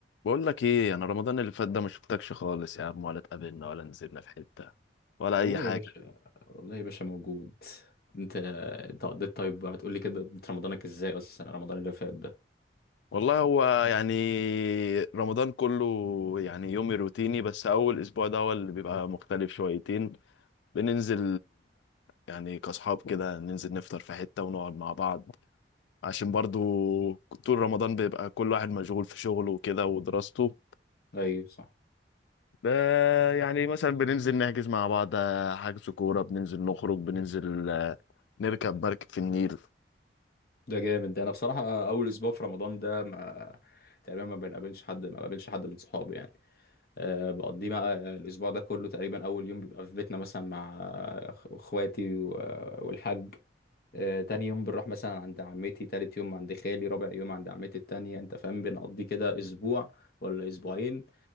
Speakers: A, on the left; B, on the left.
A: بقول لك ايه انا رمضان اللي فات ده ما شفتكش خالص يا عم ولا اتقابلنا ولا نزلنا في حتة ولا
B: والله
A: اي حاجة
B: يا باشا والله يا باشا موجود انت انت قضيت طيب هتقول لي كده قضيت رمضانك ازاي اصلا رمضان اللي فات ده
A: والله هو يعني رمضان كله يعني يومي روتيني بس اول اسبوع ده هو اللي بيبقى مختلف شويتين بننزل يعني كاصحاب كده ننزل نفطر في حتة ونقعد مع بعض عشان برضو طول رمضان بيبقى كل واحد مشغول في شغله وكده ودراسته
B: ايوه صح
A: ده يعني مثلا بننزل نحجز مع بعض آه، حجز كورة بننزل نخرج بننزل آه، نركب مركب في النيل
B: ده جامد ده انا بصراحه اول اسبوع في رمضان ده ما تقريبا ما بنقابلش حد ما بقابلش حد من صحابي يعني أه بقضيه بقى الاسبوع ده كله تقريبا اول يوم بيبقى في بيتنا مثلا مع أخ- اخواتي و- والحاج أه تاني يوم بنروح مثلا عند عمتي تالت يوم عند خالي رابع يوم عند عمتي التانية انت فاهم بنقضي كده اسبوع ولا اسبوعين